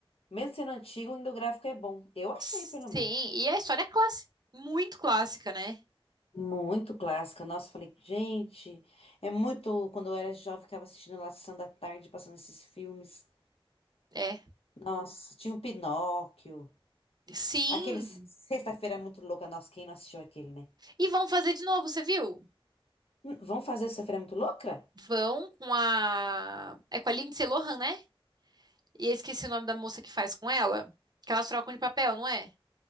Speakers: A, on the left; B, on the right.
A: mesmo sendo antigo, ainda o gráfico é bom. Eu achei,
B: Sim,
A: pelo menos.
B: e a história é clássica, muito clássica, né?
A: Muito clássica. Nossa, eu falei, gente, é muito. Quando eu era jovem, ficava assistindo lá Sessão da Tarde, passando esses filmes.
B: É.
A: Nossa, tinha o Pinóquio.
B: Sim.
A: Aquele Se- Sexta-feira Muito Louca. Nossa, quem não assistiu aquele, né?
B: E vão fazer de novo, você viu?
A: Hum, Vamos fazer o Sexta-feira Muito Louca?
B: Vão com a. É com a Lindsay Lohan, né? E eu esqueci o nome da moça que faz com ela. Que elas trocam de papel, não é?